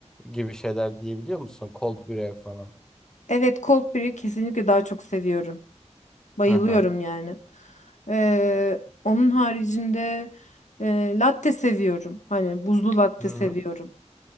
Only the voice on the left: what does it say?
Evet, cold brew kesinlikle daha çok seviyorum. Bayılıyorum
yani. Ee, onun haricinde e, latte seviyorum. Hani buzlu latte
seviyorum.